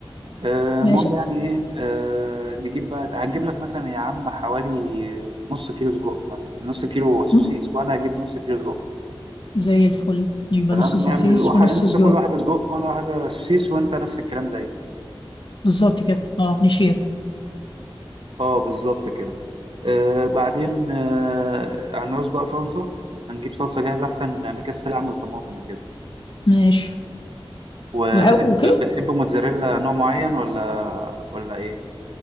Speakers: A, on the right (about 60°); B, on the left (about 55°).
A: آه،
B: ماشي
A: المهم يعني إيه آه، نجيب بقى هتجيب لك مثلا يا عم حوالي نص كيلو سجق مثلا نص كيلو سوسيس
B: مم.
A: وأنا هجيب نص كيلو سجق
B: زي الفل يبقى
A: تمام
B: نص سوسيس
A: نعمل واحد
B: ونص
A: انت
B: سجق
A: تاكل واحده سجق وانا واحده سوسيس وانت نفس الكلام زي
B: بالظبط كده اه نشير
A: اه بالظبط كده آه بعدين آه هنعوز بقى صلصه هنجيب صلصه جاهزه احسن مكسل اعمل طماطم وكده
B: ماشي
A: وبتحب
B: وكده
A: بتحب موتزاريلا نوع معين ولا ولا ايه